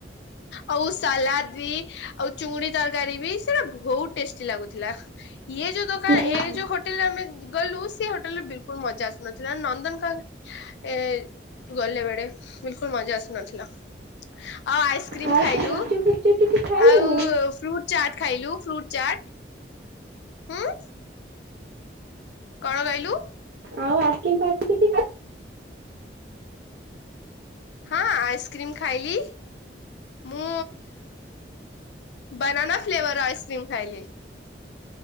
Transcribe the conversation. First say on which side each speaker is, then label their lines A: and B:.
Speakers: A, on the left; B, on the right.
A: ଆଉ ସାଲାଡ୍ ବି ଆଉ ଚୁଙ୍ଗୁଡି ତରକାରୀ ବି ସେଟା ବହୁତ ଟେଷ୍ଟି ଲାଗୁଥିଲା। ଇଏ ଯୋଉ ଦୋକାନ
B: ହୁଁ।
A: ଏ ଯୋଉ ହୋଟେଲରେ ଆମେ ଗଲୁ।। ସେ ହୋଟେଲ ରେ ବିଲକୁଲ୍ ମଜା ଆସୁନଥିଲା ନନ୍ଦନଖା ଏ। ଗଲେ ବେଳେେ ବିଲକୁଲ୍ ମଜା ଆସିନଥିଲା। ଆଉ ଆଇସ୍କ୍ରିମ୍
B: ଆଉ
A: ଖାଇଲୁ
B: ସେ ଗୁପଚୁପ ଫୁପଚୁପ କିଛି ଖାଇଲୁନୁ?
A: ଆଉ।। ଫ୍ରୁଟ୍ ଚାଟ୍ ଖାଇଲୁ ଫ୍ରୁଟ୍ ଚାଟ୍ ହୁଁ। କ'ଣ କହିଲୁ?
B: ଆଉ କିଛି <unintelligible>
A: ହଁ ଆଇସ୍କ୍ରିମ୍ ଖାଇଲି। ମୁଁ ବାନାନା ଫ୍ଲେଭର୍ ଆଇସ୍କ୍ରିମ୍ ଖାଇଲି।